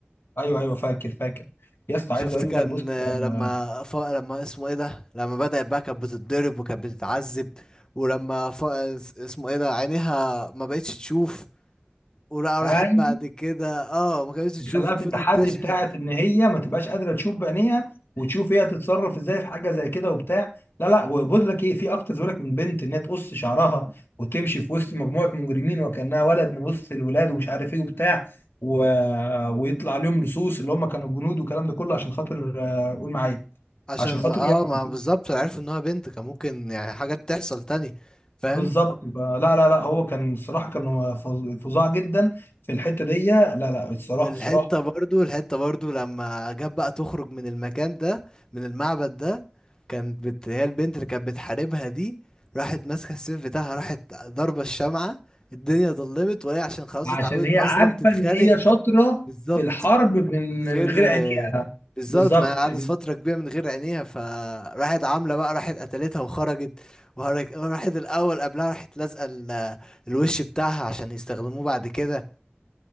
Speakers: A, on the left (about 65°); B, on the left (about 20°).
A: ايوه ايوه فاكر فاكر يا اسطى
B: شفت
A: عايز اقول
B: كان
A: لك بص
B: آه،
A: آه،
B: لما ف... لما اسمه ايه ده لما بدأت بقى كانت بتتضرب وكانت بتتعذب ولما ف... اسمه ايه ده عينيها ما بقتش تشوف ولا
A: ايوه
B: راحت بعد كده اه ما كانتش تشوف
A: خلاها
B: وفضلت
A: في التحدي
B: تشحت
A: بتاعت ان هي ما تبقاش قادره تشوف بعينيها وتشوف هي هتتصرف ازاي في حاجه زي كده وبتاع لا لا وبقول لك ايه في اكتر بيقول لك من بنت انها تقص شعرها وتمشي في وسط مجموعه مجرمين وكانها ولد من وسط الولاد ومش عارف ايه وبتاع و... ويطلع عليهم لصوص اللي هم كانوا الجنود والكلام ده كله عشان خاطر آه، قول معايا
B: عشان
A: عشان خاطر
B: ما- اه
A: يعني
B: ما بالظبط عرفوا ان هو بنت كان ممكن يعني حاجات تحصل تاني فاهم
A: بالظبط فلا لا لا لا هو كان الصراحه كان هو فظ- فظاع جدا في الحته دي لا لا الصراحه
B: والحتة
A: الصراحه
B: برضو الحتة برضو لما جاب بقى تخرج من المكان ده من المعبد ده كانت بت... هي البنت اللي كانت بتحاربها دي راحت ماسكة السيف بتاعها راحت ضربة الشمعة الدنيا ضلمت وهي عشان خلاص
A: عشان
B: اتعودت
A: هي
B: اصلا
A: عارفه
B: تتخانق
A: ان هي شاطره
B: بالظبط
A: في الحرب من من
B: غير
A: غير عينيها
B: بالظبط
A: بالظبط
B: ما قعدت فترة كبيرة من غير عينيها فراحت عاملة بقى راحت قتلتها وخرجت وهرج... راحت الأول قبلها راحت لازقة ال- الوش بتاعها عشان يستخدموه بعد كده